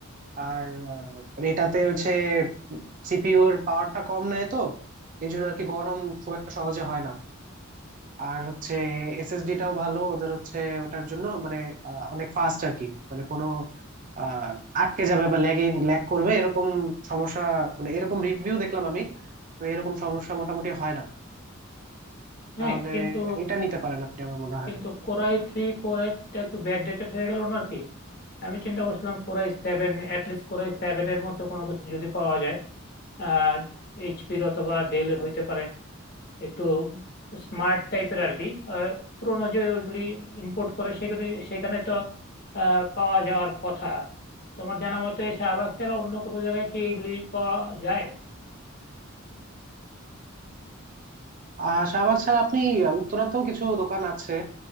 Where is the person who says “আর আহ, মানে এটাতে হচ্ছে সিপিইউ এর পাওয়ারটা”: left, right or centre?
Right